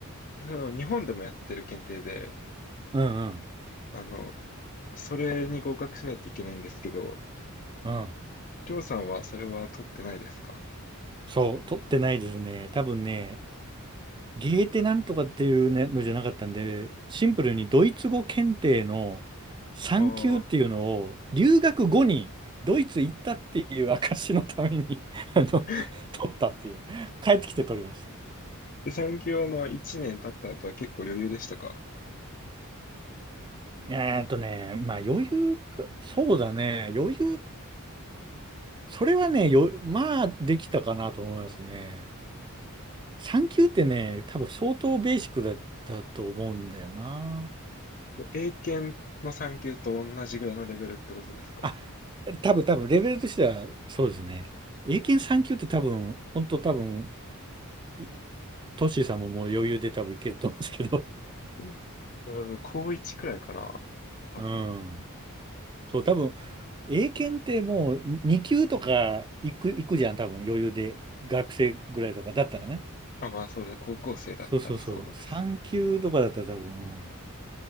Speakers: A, on the left (about 40°); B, on the right (about 20°).
A: あの日本でもやってる検定で、
B: うんうん。
A: あの、それに合格しないといけないんですけど、
B: うん。
A: りょうさんはそれは取ってないですか
B: そう、取ってないですね。多分ね、ゲーテなんとかっていうねのじゃなかったんで、シンプルにドイツ語検定の3級っていうのを、
A: ああ。
B: 留学後にドイツ行ったっていう証のために <laughs> あの、
A: <laughs>
B: 取ったっていう。帰ってきて取りました。
A: で、産業の1年経った後は結構余裕でしたか
B: えーっとね、まあ余裕か、そうだね、余裕、それはね、よ、まあできたかなと思いますね。3級ってね、多分相当ベーシックだったと思うんだよな。
A: 英検の産級と同じぐらいのレベルってことですか
B: あ、多分多分レベルとしてはそうですね。英検3級って多分、本当多分、いトッシーさんももう余裕で多分いけると思うんですけど。
A: うん <laughs> 高1くらいかな
B: <laughs>
A: 多分。
B: うん。そう、多分、英検ってもう2級とか行く、
A: 違う
B: 行くじゃん、多分余裕で。学生ぐらいとかだったらね。
A: あ、まあそうだ、高校生だったらそうですね。
B: そうそうそう。3級とかだったら多分。うん